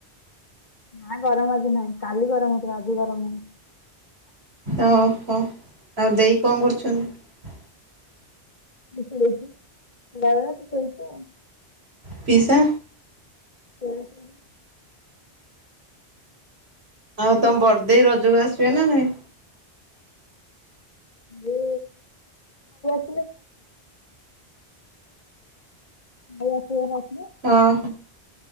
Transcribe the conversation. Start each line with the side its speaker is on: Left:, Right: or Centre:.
Left: ନା ଗରମ ଆଜି ନାହିଁ କାଲି ଗରମ ହଉଥିଲା ଆଜି ଗରମ ନାହିଁ।
Right: ଓହୋ ଆଉ ଦେଇ କଣ କରୁଛନ୍ତି।
Left: <unintelligible>
Right: ପିସା
Left: ସେ <unintelligible>
Right: ଆଉ ତମ ବଡଦେଇ ରଜକୁ <unintelligible>
Left: ଦେ <unintelligible> <unintelligible>
Right: ଅ ହ।